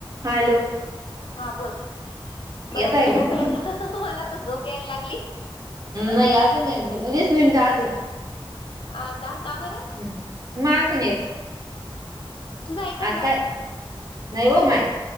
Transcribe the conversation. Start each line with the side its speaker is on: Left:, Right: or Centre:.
Right: हा हॅलो.
Left: हा बोलोल
Right: येतय
Left: मला त झोप
Right: का
Left: यायला मला तर झोप यायला लागली.
Right: नाही अजून वीस मिनिटं अजून
Left: अ का का बरं.
Right: ् माझून एक.
Left: तुझा एकच
Right: आता नव माईक.